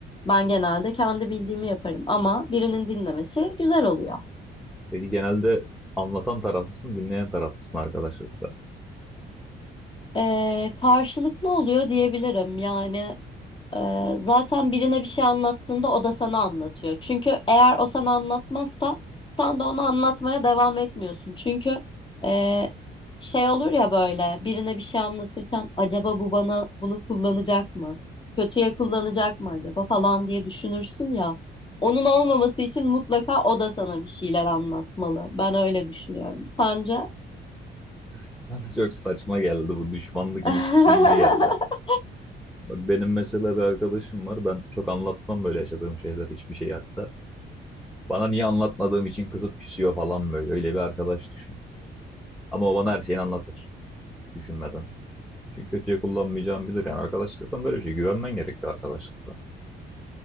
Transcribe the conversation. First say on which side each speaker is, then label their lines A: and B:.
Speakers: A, on the left (about 25°); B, in the centre.
A: Ben genelde kendi bildiğimi yaparım ama birinin dinlemesi güzel oluyor.
B: Peki genelde anlatan taraf mısın, dinleyen taraf mısın arkadaşlıkta?
A: E, karşılıklı oluyor diyebilirim. Yani Ee, zaten birine bir şey anlattığında o da sana anlatıyor. Çünkü eğer o sana anlatmazsa sen de ona anlatmaya devam etmiyorsun. Çünkü e, şey olur ya böyle birine bir şey anlatırken acaba bu bana bunu kullanacak mı? Kötüye kullanacak mı acaba falan diye düşünürsün ya. Onun olmaması için mutlaka o da sana bir şeyler anlatmalı. Ben öyle düşünüyorum. Sence?
B: <laughs> Bana çok saçma geldi bu düşmanlık
A: <laughs>
B: ilişkisi gibi geldi. Bak benim mesela bir arkadaşım var. Ben çok anlatmam böyle yaşadığım şeyler, hiçbir şey hatta. Bana niye anlatmadığım için kızıp küsüyor falan böyle. Öyle bir arkadaş düşün. Ama o bana her şeyini anlatır düşünmeden. Çünkü kötüye kullanmayacağımı bilir. Yani arkadaşlıktan böyle bir şey. Güvenmen gerekiyor arkadaşlıkta.